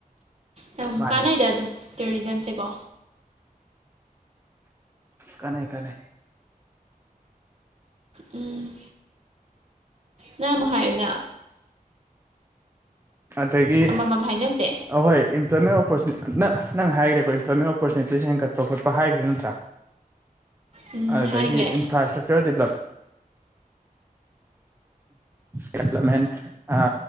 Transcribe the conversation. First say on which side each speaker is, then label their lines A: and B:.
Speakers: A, on the right (about 45°); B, on the right (about 15°).
A: ꯌꯥꯝ
B: ꯃꯥꯅꯦ
A: ꯀꯥꯟꯅꯩꯗ ꯑꯗꯨꯝ ꯇꯨꯔꯤꯖꯝꯁꯦꯀꯣ
B: ꯀꯥꯅꯩ ꯀꯥꯅꯩ
A: ꯎꯝ ꯅꯪ ꯑꯃꯨꯛ ꯍꯥꯏꯌꯨꯅꯥ
B: ꯑꯗꯒꯤ
A: ꯑꯃꯃꯝ ꯍꯥꯏꯅꯁꯦ
B: ꯑꯍꯣꯏ ꯑꯝꯄ꯭ꯂꯣꯏꯃꯦꯟ ꯑꯣꯄꯣꯔꯆꯨ ꯅꯪ ꯅꯪ ꯍꯥꯏꯒ꯭ꯔꯦꯀꯣ ꯏꯝꯄ꯭ꯂꯣꯏꯃꯦꯟ ꯑꯣꯄꯣꯔꯆꯨꯅꯤꯇꯤ ꯍꯦꯟꯒꯠꯄ ꯈꯣꯠꯄ ꯍꯥꯏꯒ꯭ꯔꯦ ꯅꯠꯇ꯭ꯔꯥ
A: ꯎꯝ
B: ꯑꯗꯒꯤ
A: ꯍꯥꯏꯈ꯭ꯔꯦ
B: ꯏꯟꯇꯔꯥ ꯏꯁꯇ꯭ꯔꯛꯆꯔ ꯗꯦꯕꯂꯞ ꯗꯦꯕꯂꯞꯃꯦꯟ ꯑ